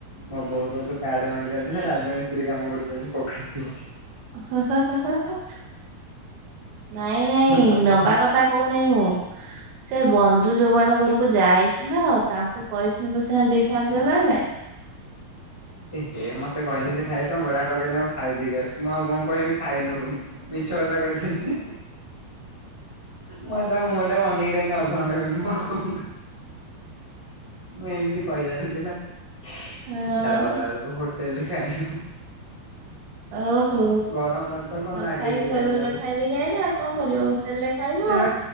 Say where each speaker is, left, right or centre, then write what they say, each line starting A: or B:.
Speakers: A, on the right; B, on the right.
A: ମୋ ବୋଉ କ ତୁ କାର୍ଡ ବାଣ୍ଟି ଯାଉଛୁ ନା, ରାଜମିସ୍ତ୍ରୀ କାମ କରୁଛୁ ସେଠି ପଖାଳା ଖାଇଛ
B: ହ ହ ହ ହଅ ନାଇଁ ନାଇଁ
A: ମୋ ବୋଉ
B: ନବା କଥା କୋଉନହିଁ ମୁଁ ସେ ବନ୍ଧୁ ଯୋଉ ମାନଙ୍କ ଘରକୁ ଯାଇଥିଲ ତାଙ୍କୁ କହିନ୍ତ ତ ସେମାନେ ଦେଇଥାନ୍ତେ ନା ନାଇଁ।
A: ଏ ହେ ମତେ କହିଲେ ଯେ ଖାଇବା ପାଇଁ ବଡ଼ାପା କହିଲେ ମୁଁ ଖାଇ ଦେଇକି ଆସୁଛୁ ମୁଁ ଆଉ କଣ କହିବି ଖାଇନୁ ମିଛ କଥା କହିଥିଲି। ମୁଁ ତାଙ୍କ ମୁହଁଟା ଅନକି ରିହିଲି ଅଧଘଣ୍ଟା ଘଣ୍ଟେ ମୁଁ ଆଉ କଣ କହି ମୁଁ ଏମିତି କହିପାରୁଥିଲା ସାର
B: ହଁ
A: ଗଲା ବେଳକୁ ହୋ ଦେଲେ ଖାଏ
B: ଓହୋ
A: ଗରମ ଭାତ କଣ
B: ନ
A: ଲାଗେ
B: ଖାଇକି
A: କେଜାଣି
B: କହିଦଉଛ
A: ତାକୁ।
B: ଖାଇ ଦେଇକି ଆଇଲ ଆଉ କଣ କରିବ। ତେଣୁ ହୋଟେଲ ରେ ଖାଇବ
A: ସେ
B: ଆଉ।